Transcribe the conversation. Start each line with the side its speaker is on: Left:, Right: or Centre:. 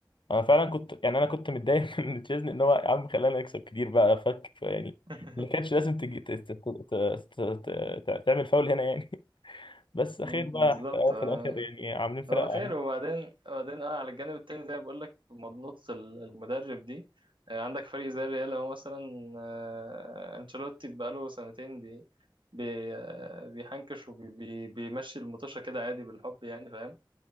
Left: انا فعلا كنت يعني انا كنت متضايق <laughs> من تشيزني ان هو يا عم خلانا نكسب كتير بقى فك يعني
Right: <laughs>
Left: اللي كانش لازم تجي ت- ت- ت- ت- ت- ت- تعمل فاول هنا يعني <laughs> بس اخير
Right: مم،
Left: بقى
Right: بالظبط
Left: في الاخر
Right: آه.
Left: في الآخر يعني عاملين فرق
Right: هو خير
Left: عاملين
Right: وبعدين وبعدين اه على الجانب التاني زي ما بقول لك مضنوط ال- المدرب دي آه عندك فريق زي الريال هو مثلا آه انشيلوتي بقاله سنتين بي بي آه بيحنكش وبيمشي المطوشة كده عادي بالحب يعني فاهم